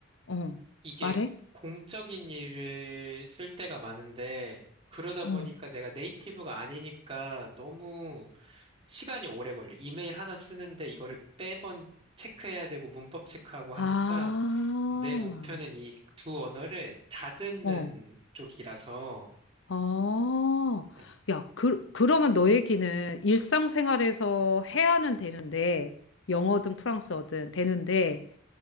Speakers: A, on the left (about 65°); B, on the right (about 25°).
A: 어,
B: 이게
A: 말해?
B: 공적인 일을 쓸 때가 많은데, 그러다
A: 응.
B: 보니까 내가 네이티브가 아니니까 너무 시간이 오래 걸려. 이메일 하나 쓰는데 이거를 매번 체크해야 되고 문법 체크하고
A: 아,
B: 하니까 내 목표는 이 두 언어를 다듬는
A: 어,
B: 쪽이라서,
A: 어.
B: 어,
A: 야, 그, 그러면 너 얘기는 일상생활에서 해야는 되는데, 영어든 프랑스어든 되는데,